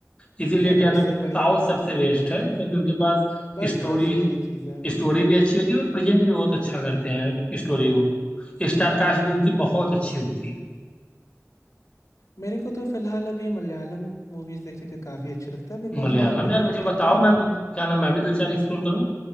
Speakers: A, on the left; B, on the left.
A: इसीलिए
B: गए
A: क्या
B: <laughs>
A: नाम
B: उससे
A: साउथ
B: बढ़िया
A: सबसे बेस्ट है क्योंकि उनके पास
B: बस
A: स्टोरी
B: बस वही चीज़ है
A: स्टोरी भी अच्छी होती है और प्रेजेंट भी बहुत अच्छा करते हैं स्टोरी को स्टार कास्ट भी उनकी बहुत अच्छी होती है
B: मेरे को तो फिलहाल अभी मलयालम मूवीज देखने का काफी अच्छा लगता है बिकॉज
A: मलयालम
B: वहां पे
A: यार
B: जो
A: मुझे
B: आप देखते
A: बताओ
B: ना
A: मैं क्या नाम मैं भी दो चार एक्सप्लोर करूँ